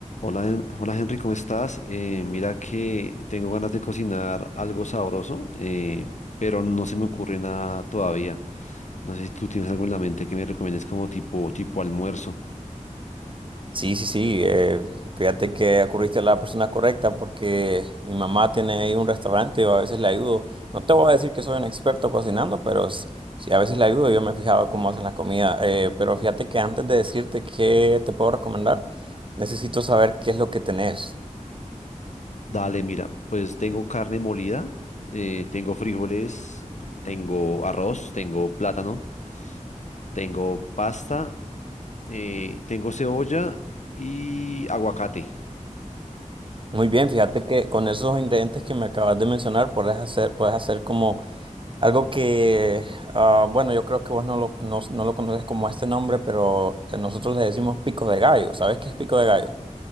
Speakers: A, on the left (about 60°); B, on the right (about 40°).
A: Hola, Hen- hola Henry, ¿cómo estás? Eh, mira que tengo ganas de cocinar algo sabroso, eh, pero no se me ocurre nada todavía. No sé si tú tienes algo en la mente que me recomiendes como tipo, tipo almuerzo.
B: Sí, sí, sí. eh, fíjate que acudiste a la persona correcta porque mi mamá tiene ahí un restaurante y a veces le ayudo. No te voy a decir que soy un experto cocinando, pero s- sí, a veces le ayudo. Yo me he fijado cómo hacen la comida. eh, pero fíjate que antes de decirte qué te puedo recomendar, necesito saber qué es lo que tenés.
A: Dale, mira, pues tengo carne molida, eh, tengo frijoles, tengo arroz, tengo plátano, tengo pasta, eh, tengo cebolla y aguacate.
B: Muy bien, fíjate que con esos ingredientes que me acabas de mencionar, puedes hacer, puedes hacer como Algo que, ah, bueno, yo creo que vos no lo, no, no lo conoces como este nombre, pero eh, nosotros le decimos pico de gallo. ¿Sabes qué es pico de gallo?